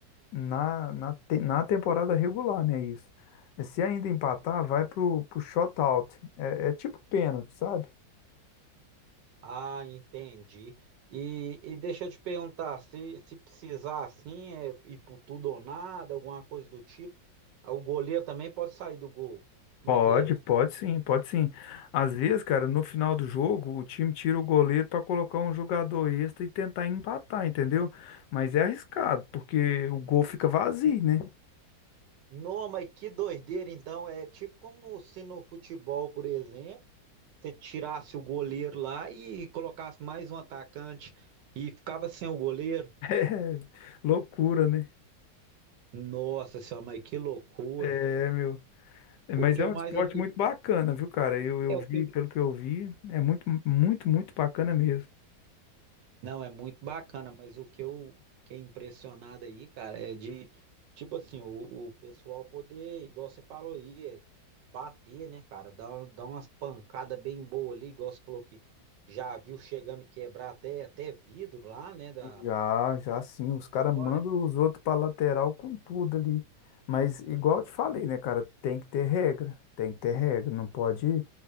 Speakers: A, on the left; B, on the right.
A: na, na, te- na temporada regular, né? Isso. Se ainda empatar, vai pro, pro shootout. É, é tipo pênalti, sabe?
B: Ah, entendi. E, e deixa eu te perguntar, se, se precisar assim, é ir por tudo ou nada, alguma coisa do tipo, ah, o goleiro também pode sair do gol. Como
A: Pode,
B: é que é?
A: pode sim, pode sim. Às vezes, cara, no final do jogo, o time tira o goleiro para colocar um jogador extra e tentar empatar, entendeu? Mas é arriscado, porque o gol fica vazio, né? <laughs>
B: Não, mas que doideira, então. É tipo como se no futebol, por exemplo, você tirasse o goleiro lá e colocasse mais um atacante e ficava sem o goleiro.
A: É loucura, né?
B: Nossa senhora, mas que loucura.
A: É, meu. É,
B: O
A: Mas
B: que
A: é
B: eu
A: um
B: mais,
A: esporte
B: assi-
A: muito bacana, viu, cara? Eu, eu
B: é, o
A: vi,
B: que,
A: pelo que eu vi, é muito, muito, muito bacana mesmo.
B: Não, é muito bacana, mas o que eu fiquei impressionado aí, cara, é de, tipo assim, o, o pessoal poder, igual você falou aí, é bater, né, cara? Dar, um- dar umas pancadas bem boas ali, igual você falou que já viu chegando quebrar até, até vidro lá, né? Da...
A: Já, já sim, os caras
B: fora.
A: mandam os outros pra lateral com tudo ali. Mas igual eu te falei, né, cara, tem que ter regra, tem que ter regra, não pode,